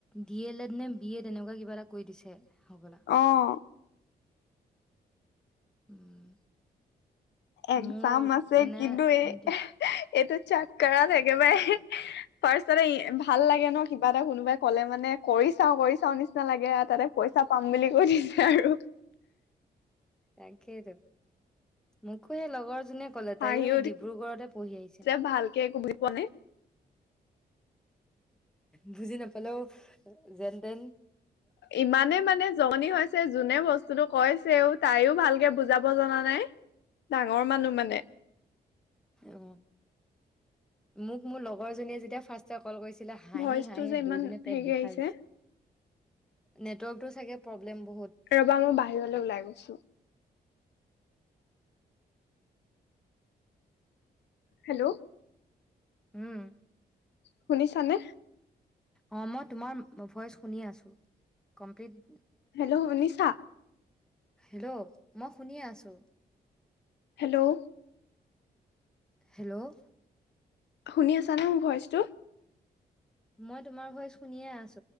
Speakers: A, in the centre; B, on the left.
A: ডি এলে এড নে বি এড এনেকুৱা কিবা এটা কৰি দিছে হ'বলা
B: আহ
A: উম
B: একচাম
A: মোৰ
B: আছে
A: মানে
B: কিন্তু
A: ভন্টি
B: এই এইটো চোক কৰত থ একেবাৰে ফাৰ্ষট ভাল লাগে ন কিবা এটা কোনোবাই ক'লে মানে কৰি চাও কৰি চাও নিচিনা লাগে তাতে পইচা পাম বুলি কৈ দিছে আৰু
A: তাকেইত মোকো সেই লগৰ যোনে ক'লে
B: হাঁহি
A: তাইো সেই ডিব্ৰুগড়তে পঢ়ি আহিছে
B: উঠিছে ভালকে একো বুজি পোৱা নাই
A: বুজি নাপালেও যেনতেন
B: ইমানে মানে জনি হৈছে যোনে বস্তুতো কৈছেও তাইও ভালকে বুজাব হ জনা নাই ডাঙৰ মানুহ মানে
A: অঁ মোক মোৰ লগৰ জনীয়ে যেতিয়া ফাৰ্ষ কল কৰিৈছিলে হাঁহি
B: ভইচটো
A: হাঁহি
B: যে ইমান
A: দুইজনে পেট
B: হেৰি
A: বিষাই
B: আহিছে
A: গৈছে নেটৱৰ্কতটো চাগে প্ৰব্লেম বহুত।
B: ৰবা মই বাহিৰলৈ ওলাই গৈছো হেল্ল'
A: উম
B: শুনিছানে
A: অ মই তোমাৰ ভইচ শুনি আছো কমপ্লিট
B: হেল্ল' অনিশা
A: হেল্ল' মই শুনিিয়ে আছো
B: হেল্ল'
A: হেল্ল'
B: শুনি আছা না মোৰ ভইচটো
A: মই তোমাৰ ভইচ শুনিয়ে আছো